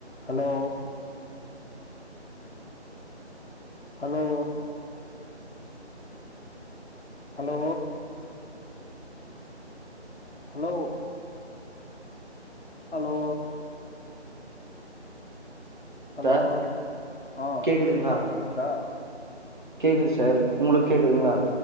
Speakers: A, on the left; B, on the right.
A: Hello hello hello hello hello hello
B: sir
A: ஆ
B: கேக்குதுங்களா
A: bro கேக்குதா
B: கேக்குது சார் உங்களுக்கு கேக்குதுங்களா